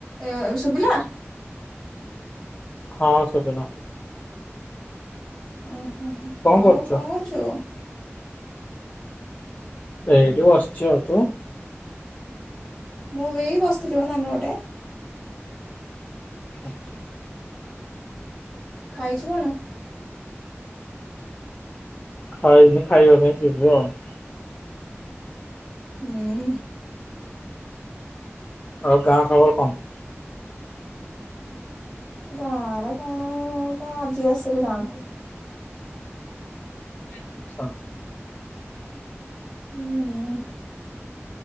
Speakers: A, in the centre; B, on the left.
A: ଏବେ ସୁବିଲା?
B: ହଁ ସୁବିଲା।
A: ଉଁହୁ ଆଉ
B: କରୁଛୁ?
A: କଣ କରୁଚୁ?
B: ଏଠି ବସଚି ତୁ?
A: ମୁଁ ବି ଏଇ ବସିଥିଲି ମ ଦଣ୍ଡପଟେ।
B: ଆଛା।
A: ଖାଇଚୁ କଣ?
B: ଖାଇନି ଖାଇବା ପାଇଁ ଯିବେ ଆଉ
A: ହୁଁ।
B: ଆ ଗାଁ ଖବର କଣ?
A: ଗାଁ ରେ କଣ ଆଉ ମୁଁ ତ ଆଜି ଆସିଲି ଗାଁକୁ
B: ଆଛା।
A: ହୁଁ।